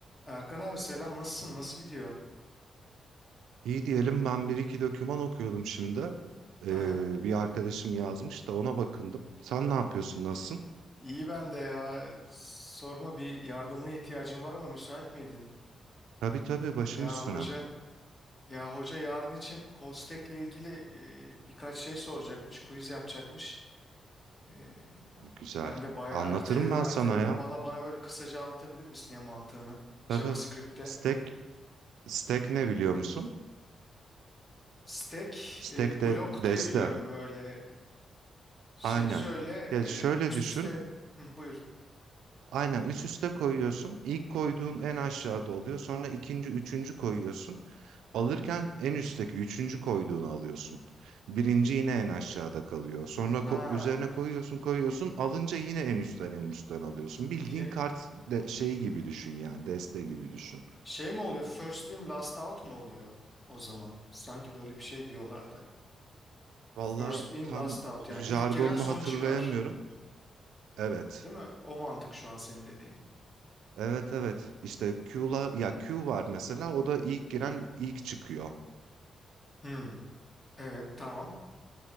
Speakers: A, on the left; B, on the right.
A: Erkan abi selam nasılsın nasıl gidiyor?
B: İyi diyelim ben bir iki doküman okuyordum şimdi. Ee,
A: Aha.
B: bir arkadaşım yazmış da ona bakındım. Sen ne yapıyorsun, nasılsın?
A: İyi ben de ya sorma bir yardımına ihtiyacım var ama müsait miydin?
B: Tabii tabii başım
A: Ya
B: üstüne.
A: hoca
B: Ha,
A: ya hoca yarın için Kostek'le ilgili e, birkaç şey soracakmış quiz yapacakmış. E,
B: Güzel.
A: ben de bayağı
B: Anlatırım
A: erteledim
B: ben
A: erteledim
B: sana ya.
A: valla bana böyle kısaca anlatabilir misin ya mantığını
B: Tabii.
A: JavaScript'te?
B: Stack, stack ne biliyor musun?
A: Stack e,
B: Stack de
A: blok
B: deste.
A: diye biliyorum böyle şey
B: Aynen.
A: şöyle
B: Ya şöyle
A: e, üst
B: düşün.
A: üste Hı, buyur.
B: Aynen üst üste koyuyorsun. İlk koyduğun en aşağıda oluyor. Sonra ikinci, üçüncü koyuyorsun. Alırken en üstteki üçüncü koyduğunu alıyorsun. Birinci yine en aşağıda kalıyor. Sonra
A: Ha.
B: ko- üzerine koyuyorsun koyuyorsun. Alınca yine en üstten en üstten alıyorsun. Bildiğin
A: ye
B: kart de şeyi gibi düşün yani deste gibi düşün.
A: Şey mi oluyor? First in last out mu oluyor o zaman? Sanki böyle bir şey diyorlardı.
B: Valla
A: First in
B: tam
A: last out
B: jargonunu
A: yani ilk giren son
B: hatırlayamıyorum.
A: çıkar.
B: Evet.
A: Değil mi? O mantık şu an senin dediğin.
B: Evet evet. İşte Q'la ya Q var mesela o da ilk giren ilk çıkıyor.
A: Hmm, evet tamam.